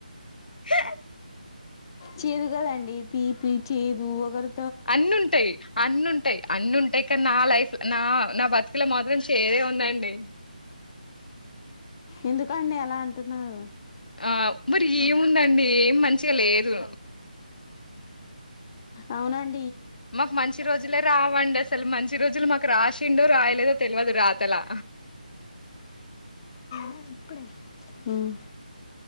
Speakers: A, on the left; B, on the left.
A: చె
B: చేదు కదండి తీపి చేదు వగరు
A: అన్ని ఉంటాయి అన్ని ఉంటాయి అన్ని ఉంటాయి కదా నా లైఫ్ నా నా బతుకలో మాత్రం చేదే ఉందండి
B: ఎందుకండి ఎలా అంటున్నారు
A: ఆ మరి ఏముందండి ఏ <unintelligible> మంచిగా లేదు
B: అవునం
A: మాకు మంచి రోజులే రావండి అసలు మంచి రోజులు మాకు రాసి తిండొ రాయలేదో తెల్వదు రాతలా
B: మ్